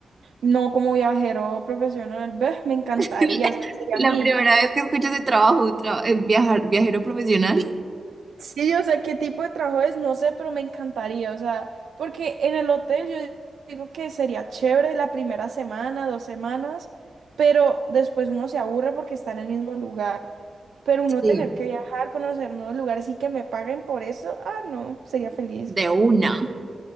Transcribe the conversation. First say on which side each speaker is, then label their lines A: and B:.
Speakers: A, on the right; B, on the right.
A: No como viajero profesional, ve, me encantaría,
B: <laughs>
A: ese sería
B: La
A: mi,
B: primera vez que escucho ese trabajo, tra- eh, viajar, viajero profesional,
A: Sí, o sea, qué tipo de trabajo es, no sé, pero me encantaría, o sea, porque en el hotel yo digo que sería chévere la primera semana, dos semanas, pero después uno se aburre porque está en el mismo lugar. Pero uno
B: Sí.
A: tener que viajar, conocer nuevos lugares y que me paguen por eso, ah, no, sería
B: <laughs>
A: feliz.
B: de una.